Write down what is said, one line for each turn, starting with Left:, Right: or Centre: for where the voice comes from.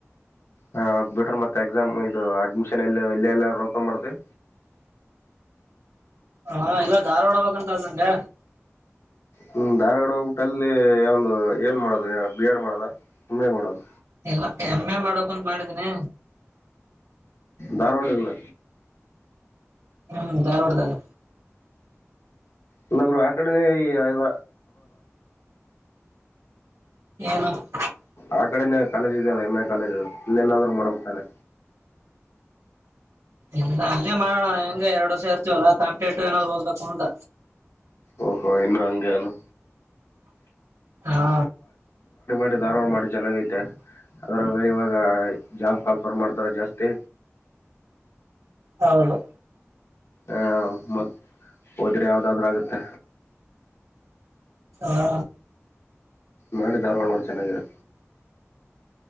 Left: ಹಾ ಬ್ಯೂಟರ್ ಮತ್ತೆ ಎಕ್ಸಾಮ್ ಇದು ಅಡ್ಮಿಶನ್ ಎಲ್ಲ ಇಲ್ಲ ಎಲ್ಲ ರೋಕನ್ ಮಾಡ್ತಿವಿ
Right: ಹ ಎಲ್ಲಾ ದಾರವಾಡ ಬೇಕಂತ ಅದ್ ನಂಗೆ
Left: ಹ್ಮ ಧಾರವಾಡ ಹೋಗಬಿಟ್ಟು ಅಲ್ಲಿ ಒಂದು ಏನ್ ಮಾಡೋದು ಬಿ ಎಡ್ ಮಾಡದ ಏನ್ ಮಾಡೋದು
Right: ಇಲ್ಲ ಎಂ ಎ ಮಾಡಬೇಕು ಮಾಡಿದಿನಿ
Left: ಧಾರವಾಡ ಇಲ್ಲ
Right: ಹ್ಮ್ ಧಾರವಾಡ್ದಲ್ಲ
Left: ಅಲ್ಲ ಬ್ರೋ ಆ ಕಡೆನೆ ಇದಿಯಲ್ಲ
Right: <inaudible>
Left: ಆ ಕಡೆ ಕಾಲೇಜ್ ಇದೆಯಲ್ಲ ಎಮ್ ಎ ಕಾಲೇಜ್ ಇಲ್ಲೆಲ್ಲಾದ್ರೂ ಮಾಡಬೇಕು ತಾನೇ
Right: ಇಲ್ಲ ಅಲ್ಲೇ ಮಾಡಣ ಹೇ ಹಗೆ ಎರಡು ವರ್ಷ ಇರ್ತವಲ್ಲ ತಮಕೇಟು ಏನಾರ ಓದಬೇಕು ಅಂತ
Left: ಓಹೋ ಇನ್ನ ಅಂಗನು
Right: ಹಾ
Left: ಧಾರವಾಡ ಮಾಡಿ ಚೆನ್ನಾಗೈಐತೆ ಅದ್ರ ಬೇರೆ ಇವಾಗ ಜಾಬ್ ಕಲ್ಫರ್ ಮಾಡ್ತಾರ ಜಾಸ್ತಿ
Right: ಹೌದು ಹ್ಮ
Left: ಆ ಮತ್ ಹೋದ್ರೆ ಯಾವ್ದಾದ್ರ ಆಗುತ್ತೆ
Right: ಹಾ
Left: ಮಾಡಿ ಧಾರವಾಡ ಮಾಡು ಚೆನ್ನಾಗಿದೆ